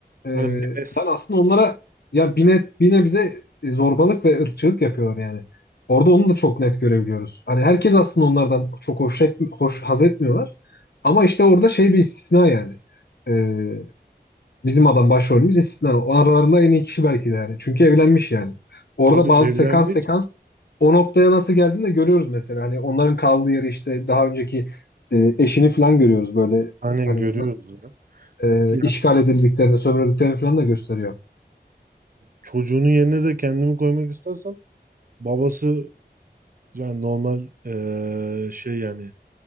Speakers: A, on the left; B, on the right.
A: Ee,
B: Hani Meles
A: yani aslında onlara ya bine bine bize e, zorbalık ve ırkçılık yapıyorlar yani. Orada onu da çok net görebiliyoruz. Hani herkes aslında onlardan çok hoş, et, hoş haz etmiyorlar. Ama işte orada şey bir istisna yani. Ee, Bizim adam başrolümüz istisna. O aralarında en iyi kişi belki de yani. Çünkü evlenmiş yani. Orada
B: tabii
A: bazı
B: evlenmiş.
A: sekans sekans o noktaya nasıl geldiğini de görüyoruz mesela. Hani onların kaldığı yeri işte daha önceki e, eşini falan görüyoruz böyle.
B: Aynen
A: Hani
B: görüyoruz ya.
A: e,
B: Yani
A: işgal edildiklerini, sömürüldüklerini falan da gösteriyor.
B: çocuğunun yerine de kendimi koymak istersem babası yani normal ee, şey yani